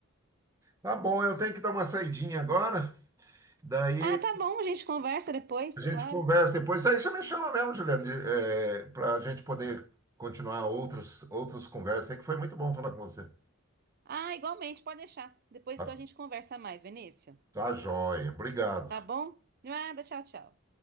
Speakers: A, on the right; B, on the right.
A: Tá bom, eu tenho que dar uma saidinha agora, daí
B: Ah, tá bom, a gente conversa depois,
A: a gente
B: claro.
A: conversa depois. Daí você me chama mesmo, Juliano, para a gente poder continuar outras, outras conversas aí, que foi muito bom falar com você.
B: Ah, igualmente, pode deixar. Depois
A: Tá,
B: então a gente conversa mais, Venícia.
A: tá joia, obrigado.
B: Tá bom? De Nada, tchau, tchau.